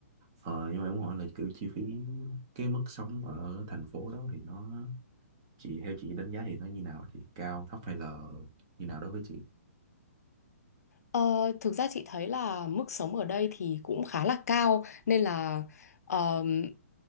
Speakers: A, on the right; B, on the left.
A: ờ, nhưng mà em muốn hỏi là kiểu chi phí cái mức sống ở thành phố đó thì nó chị theo chị đánh giá thì nó như nào thì cao thấp hay là như nào đối với chị
B: Ờ, thực ra chị thấy là mức sống ở đây thì cũng khá là cao nên là ờm,